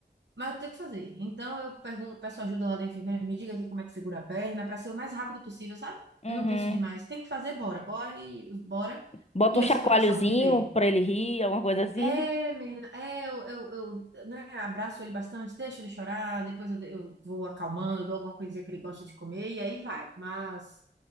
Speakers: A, on the right; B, on the left.
A: Mas eu tenho que fazer. Então eu pergunto, peço ajuda lá da enfermeira, me diga aqui como é que segura a perna, para ser o mais rápido possível, sabe?
B: Uhum.
A: Eu não penso demais. Tem que fazer, bora, bora e bora.
B: Bota
A: E
B: um
A: eu
B: chacoalhozinho
A: sei que é para a saúde dele.
B: pra ele rir, alguma coisa assim.
A: É, menina, é, eu, eu, eu, né, abraço ele bastante, deixo ele chorar, depois eu, eu vou acalmando, dou alguma coisinha que ele gosta de comer e aí vai. Mas